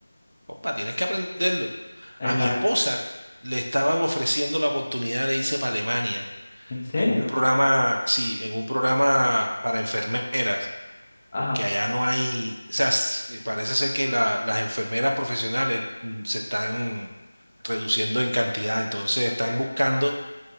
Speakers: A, on the right; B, on the left.
A: compa, tienes que aprenderlo.
B: Exacto.
A: A mi esposa le estaban ofreciendo la oportunidad de irse para Alemania
B: ¿En serio?
A: en un programa, sí, en un programa para enfermeras
B: Ajá.
A: porque allá no hay, o sea, s- eh, parece ser que la- las enfermeras profesionales mm, se están reduciendo en cantidad, entonces están
B: Ok.
A: buscando